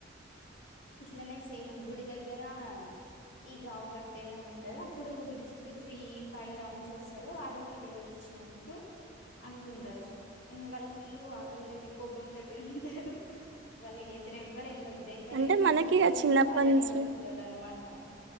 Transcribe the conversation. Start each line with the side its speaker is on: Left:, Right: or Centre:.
Left: ఇట్లనే సేమ్, గుడి దగ్గర అ ఈ గావు బట్టేది అని వుంటది అప్పుడు గుడి చుట్టూ త్రీ, ఫైవ్ రౌండ్స్ వేస్తారు. వాళ్ళకి దేవుడు వచ్చినట్టు అనుకుంటారు. వాళ్ళు ఫుల్ ఆకలి తోటి, కోపం తోటి ఉంటారు. వాళ్ళకి ఎదురెవ్వరు వెళ్ళొద్దు దెవ్వరే
Right: అంటే మనకి
Left: ముందే
Right: ఇక
Left: అనిపిస్తే
Right: చిన్నప్పటి
Left: వాళ్ళే
Right: నుంచి
Left: నిన్ కోరుకుతార్ అన్నమాట త